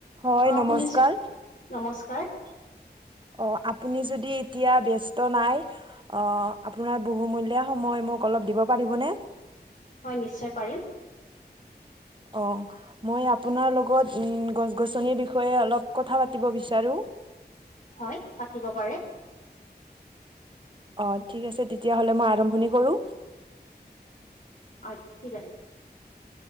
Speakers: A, on the right (about 30°); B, on the left (about 50°).
A: হয়
B: অহ,
A: নমস্কাৰ
B: শুনিছো নমস্কাৰ।
A: অহ, আপুনি যদি এতিয়া ব্যস্ত নাই অ' আপোনাৰ বহুমূলীয়া সময় ম মোক অলপ দিব পাৰিবনে?
B: হয়, নিশ্চয় পাৰিম।
A: অহ, মই আপোনাৰ লগত উম গছ-গছনিৰ বিষয়ে অলপ কথা পাতিব বিচাৰো। <inaudible>
B: হয়, পাতিব পাৰে।
A: অগ, ঠিক আছে তেতিয়াহ'লে মই আৰম্ভণি কৰো
B: হয়, ঠিক আছে।